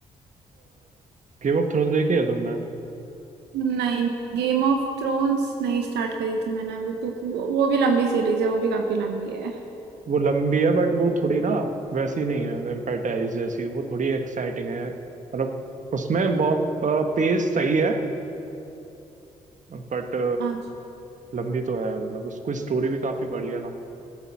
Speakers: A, on the right; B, on the right.
A: गेम ऑफ थ्रोन्स देखी है तुमने
B: नहीं गेम ऑफ थ्रोन्स नहीं स्टार्ट करी थी मैंने अभी क्योंकि वो वो भी लंबी सीरीज है वो भी काफी लंबी है
A: वो लंबी है बट वो थोड़ी ना वैसी नहीं है वैम्पायर डायरीज जैसी वो थोड़ी एक्साइटिंग है मतलब उसमें पेस सही है बट
B: अच्छा
A: लंबी तो है मतलब उसकी स्टोरी भी काफी बड़ी है ना